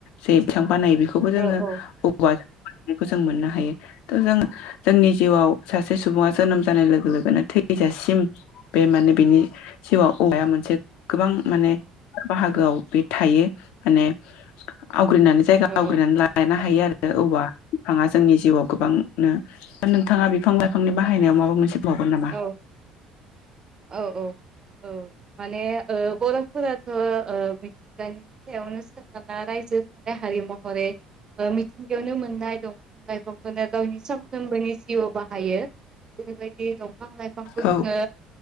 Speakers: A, on the left (about 55°); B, on the right (about 30°).
A: जे बिथां बानायो बेखौबो
B: औ
A: जोङो
B: औ
A: औवा जो बेखौ जों मोननो हायो थ' जों जोंनि जिउआव सासे सुबुङा जोनोम जानाय लोगो लोगोनो थैजासिम बे माने बिनि जिउआव अगाया मोन गोबां माने बाहागोआव बे थायो माने आवग्रोनानै जायगा
B: औ
A: आवग्रोनानै लानो हायो आर‌ ओ औवा बिफाङा जोंनि जिउआव गोबांनो दा नोंथाङा बिफां लाइफांनि बाहायनायाव माबा मोनसे बुंबावगोन नामा?
B: औ औ औ। औ माने ओ बर'फोराथ' ओ मिथिंगानि सायावनो सोनारना रायजो खुंनाय हारि महरै ओ मिथिंगायावनो मोननाय दंफां लाइफांखौनो गावनि सामफ्रोमबोनि जिउआव बाहायो जेरैबायदि दं फां लाइफांखौ
A: औ
B: जोङो